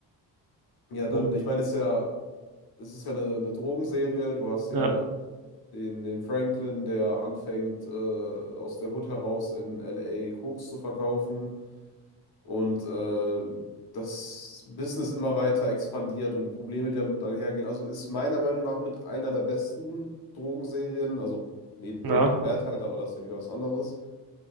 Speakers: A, on the left; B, on the right.
A: Ja, dann,
B: um,
A: ich meine, es ist ja, es ist ja eine, eine Drogenserie. Du hast ja
B: ja,
A: den, den Franklin, der anfängt, äh, aus der Hood heraus in LA Koks zu verkaufen. und äh, das Business immer weiter expandiert und die Probleme, die damit einhergehen. Also ist meiner Meinung nach mit einer der besten Drogenserien, also neben
B: ja.
A: Breaking Bad halt, aber das ist ja wieder was anderes.